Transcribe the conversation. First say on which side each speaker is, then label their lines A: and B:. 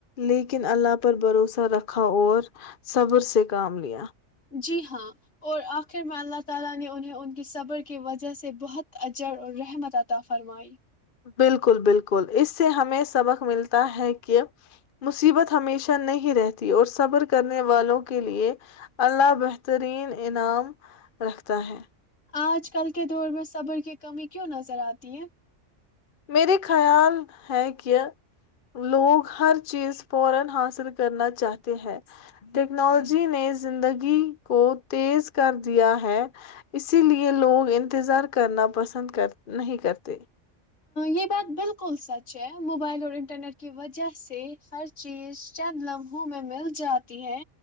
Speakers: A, on the left; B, on the left.
A: لیکن لیکن اللہ پر بھروسہ رکھا اور صبر سے کام لیا
B: جی ہاں اور آخر میں اللہ تعالی نے انہیں ان کی صبر کی وجہ سے بہت اجر اور رحمت عطا فرمائی
A: بالکل بالکل اس سے ہمیں سبق ملتا ہے کہ مصیبت ہمیشہ نہیں رہتی اور صبر کرنے والوں کے لیے اللہ بہترین انعام رکھتا ہے
B: آج کل کے دور میں صبر کی کمی کیوں نظر آتی ہے
A: میرے خیال ہے کہ لوگ ہر چیز فورا حاصل کرنا چاہتے ہے ٹیکنالوجی نے زندگی کو تیز کر دیا ہے اسی لیے لوگ انتظار کرنا پسند کر نہیں کرتے
B: یہ بات بالکل سچ ہے موبائل اور انٹرنیٹ کی وجہ سے ہر چیز چند لمحوں میں مل جاتی ہے